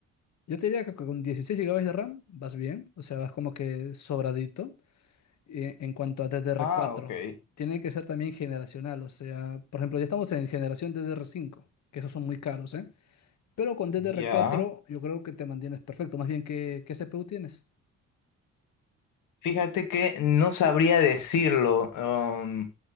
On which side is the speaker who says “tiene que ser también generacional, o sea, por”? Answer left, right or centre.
Left